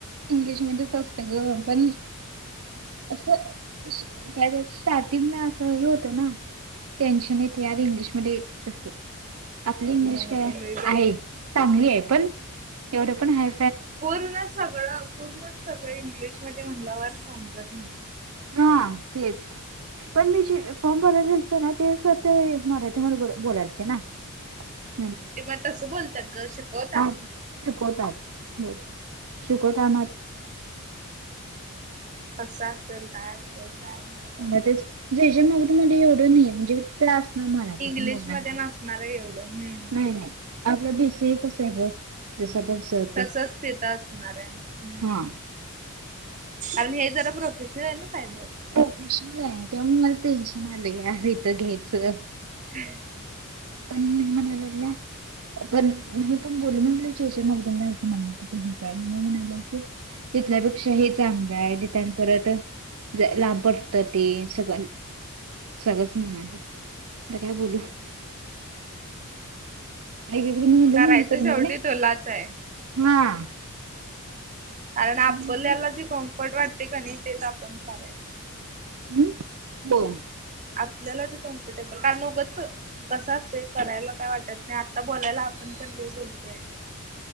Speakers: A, on the right (about 70°); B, on the right (about 35°).
A: इंग्लिशमध्येच असत ग पण असं त्या असं. स्टर्टिंगला हे होतं ना टेन्शन येतय यार इंग्लिशमध्ये कस आपली इंग्लिश
B: मला
A: काय
B: तर लई बाई
A: आहे चांगली हाय पण एवढं पण हाय
B: पूर्ण सगळं पूर्णच सगळं इंग्लिशमधे म्हणल्यावर समजत न्हाय
A: ह तेच पण मी जे फॉर्म भरायला दिलते ना ते सर ते मराठीमध्ये बोल बोलालते ना <unintelligible>
B: ते मग तसं बोलत्यात ग शिकवताना
A: हा शिकवतात हम शिकवताना
B: कसं असल काय असल काय म्हणतात.
A: म्हणटल तेच जे जे मगदूम ला एवढं नईये म्हणजे यास ना मराठीतून
B: इंग्लिशमध्ये
A: बोलणार नाही
B: नसणार आहे एवढं हम्म
A: न्हाय
B: तेच.
A: न्हाय. आपलं बीसी कसं आहे. बंग जसं <inaudible>
B: तसच तिथं असणार आहे. हम्म
A: हा
B: आणि हे जरा प्रोफेशनल आहे ना सायबर
A: प्रोफेशनल आहे. तेव्हा मला टेन्शन आलंय इथं घ्यायचं
B: <inaudible>
A: पण मी म्हनायला लागल्या. पण हे पण बोल मी जे जे मगदूम नाही की मम्मी क हे काय म्हणाले की तिथल्यापेक्षा हे चांगलं आहे. तिथं आणि परत ला पडतं ते सगळं सगळंच म्हणाले. आता काय बोलू आई तुला म्हणल
B: करायचं
A: नाही. करणार
B: शेवटी
A: नाही
B: तुलाच आहे.
A: हा.
B: पण
A: मम्मी
B: आपल्याला
A: म्हणते,
B: जे कम्फर्ट वाटते का नाही तेच आपण करायचं.
A: हम् हो.
B: आपल्याला ते कम्फटेबल कारण उगाचं. कस असतय करायला काय वाटत नाही. आता बोलायला आपण पण लय बोलतोय.